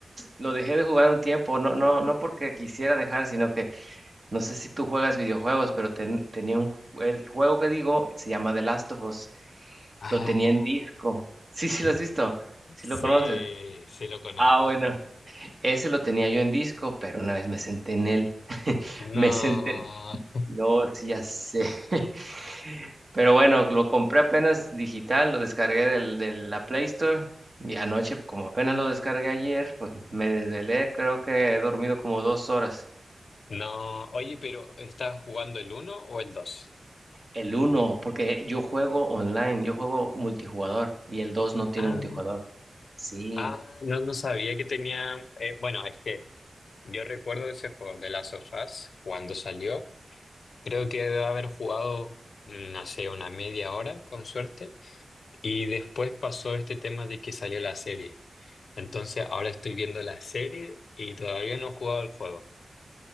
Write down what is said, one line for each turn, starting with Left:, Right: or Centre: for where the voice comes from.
Right: lo dejé de jugar un tiempo. No, no, no porque quisiera dejar, sino que no sé si tú juegas videojuegos, pero ten- tenía un, ju- el juego que digo se llama The Last of Us.
Left: Ah,
Right: Lo tenía en disco. Sí, sí, lo has visto. Sí
Left: sí,
Right: lo conoces.
Left: sí lo conozco.
Right: Ah, bueno. Ese lo tenía yo en disco, pero una vez me senté en él. <laughs> Me
Left: No,
Right: senté.
Left: <laughs>
Right: No, sí, ya sé. <laughs> Pero bueno, lo compré apenas digital, lo descargué del, de la Play Store. Y anoche, como apenas lo descargué ayer, pues me desvelé. Creo que he dormido como dos horas.
Left: no. Oye, pero ¿estabas jugando el uno o el dos.
Right: El uno, porque yo juego online, yo juego multijugador. Y el dos no tiene
Left: Ah,
Right: multijugador. Sí.
Left: ah, no, no sabía que tenía. eh, bueno, es que yo recuerdo ese juego de Last of Us cuando salió. Creo que debo haber jugado, mm, no sé, una media hora, con suerte. Y después pasó este tema de que salió la serie. Entonces ahora estoy viendo la serie y todavía no he jugado el juego.